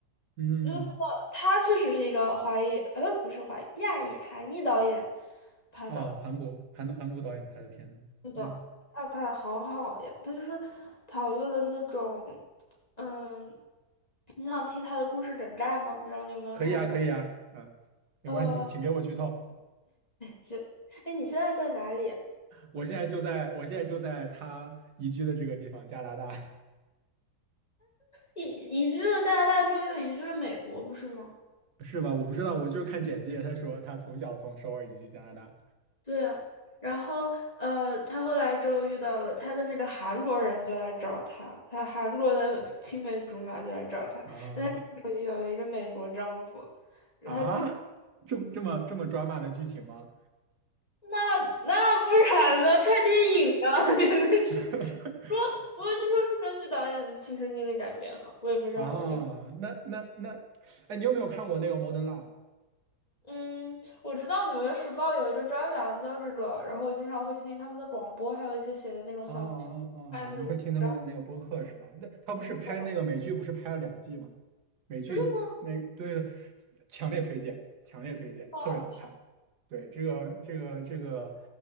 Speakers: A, on the right (about 75°); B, on the left (about 25°).
A: 嗯。
B: 就知道他确实是一个华裔，呃，不是华裔，亚裔、韩裔导演拍的。
A: 哦，韩国韩韩国导演拍的片子，
B: 是的，
A: 嗯，
B: 他拍的好好呀，他就是讨论了那种，嗯，你想听他的故事梗概吗？不知道你有没有看过？
A: 可以啊，可以啊，啊，没关系，
B: 呃，
A: 请给我剧透。
B: 是，哎，你现在在哪里？
A: 我现在就在，我现在就在他移居的这个地方，加拿大，
B: 移移居了加拿大之后，又移居了美国，不是吗？
A: <laughs> 是吧？我不知道，我就是看简介，他说他从小从首尔移居加拿大。
B: 对啊，然后呃，他后来之后遇到了他的那个韩国人，就来找他，他韩国的青梅竹马就来找他，
A: 啊
B: 有有一个美国丈夫，
A: 啊，
B: 他自己。
A: 这这么这么抓马的剧情吗？
B: 那那不然呢？拍电影啊，<laughs> 真的是。
A: <laughs>
B: 不过不过，据说是根据导演亲身经历改编哈，我也不知道有。
A: 啊，那那那，哎，你有没有看过那个《Modern Love》？
B: 嗯，我知道《纽约时报》有一个专栏叫这个，然后我经常会听听他们的广播，还有一些写的那种小小看那种文章。
A: 哦哦哦，你会听他们那个播客是吧？那他不是拍那个美剧，
B: 哦，
A: 不是拍了两季吗？美剧那对对，
B: 真的吗？
A: 强烈推荐，强烈推荐，
B: 哇
A: 特别好看。对，这个这个这个，